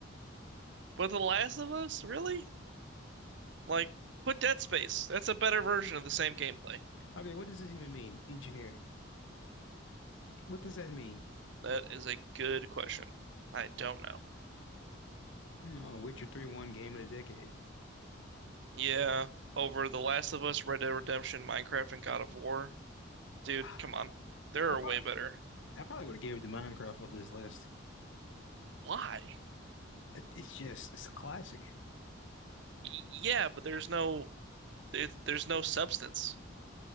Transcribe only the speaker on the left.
Okay, what does this even mean? Engineering. What does that mean?
No, Witcher 3 won game of the decade. <sighs>
Ah,
I
probably
I probably would have gave it to Minecraft off this list.
It- It's just it's a classic.